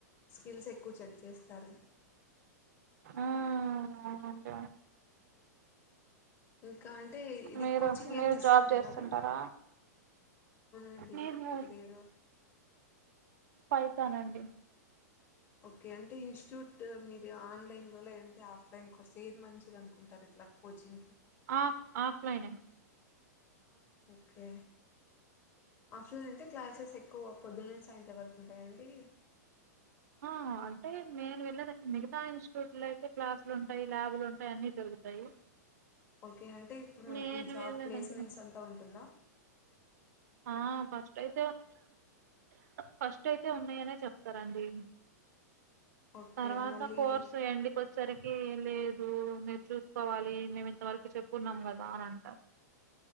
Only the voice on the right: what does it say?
ఉమ్ అవునండి
మీరు
మీరు
జాబ్ చేస్తుంటారా
నేను
ఫైతానండి
ఆ ఆఫ్లైన్ ఏ
ఆ అంటే నేను వెళ్ళ మిగతా ఇన్స్టిట్యూట్ లో అయితే క్లాసులు ఉంటాయి ల్యాబులు ఉంటాయి అన్ని జరుగుతాయి
నేను
వెళ్ళే
దగ్గర
ఆ ఫస్ట్ అయితే ఫస్ట్ అయితే ఉన్నాయనే చెప్తారండి
తర్వాత
కోర్సు ఎండ్ కొచ్చసరికి లేదు మీరు చూసుకోవాలి మేము ఇంతవరకు చెప్పున్నాం కదా అని అంటారు